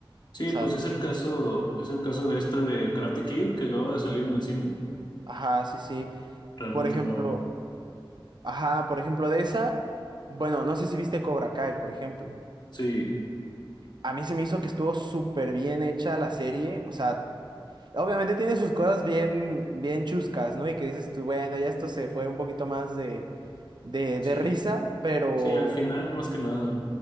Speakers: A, on the left (about 55°); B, on the right (about 55°).
A: Sí,
B: O sea,
A: pues es el caso, es el caso de esta de Karate Kid que acaba de salir en el cine.
B: ajá, sí, sí.
A: Realmente
B: Por ejemplo,
A: no,
B: ajá, por ejemplo, de esa, bueno, no sé si viste Cobra Kai, por ejemplo.
A: sí,
B: A mí se me hizo que estuvo súper bien hecha la serie. O sea, obviamente tiene sus cosas bien, bien chuscas, ¿no? Y que dices tú, bueno, ya esto se fue un poquito más de, de,
A: sí.
B: de risa, pero,
A: Sí, al final, más que nada.